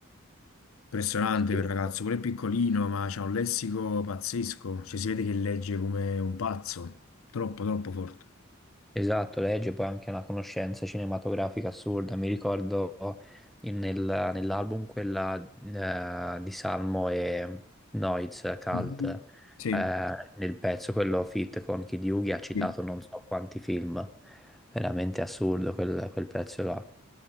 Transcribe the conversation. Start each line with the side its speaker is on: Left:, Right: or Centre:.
Left: Impressionante
Centre: Sì.
Left: quel
Centre: sì.
Left: ragazzo, pure piccolino, ma c'ha un lessico pazzesco, cioè si vede che legge come un pazzo, troppo troppo forte.
Centre: Esatto, legge poi anche una conoscenza cinematografica assurda. Mi ricordo in- nel- nell'album quella eh, di Salmo e Noiz Cult,
Left: Mhm. Sì,
Centre: eh, nel pezzo quello fit con Kid Yugi ha citato
Left: sì.
Centre: non so quanti film. Veramente assurdo quel, quel pezzo là.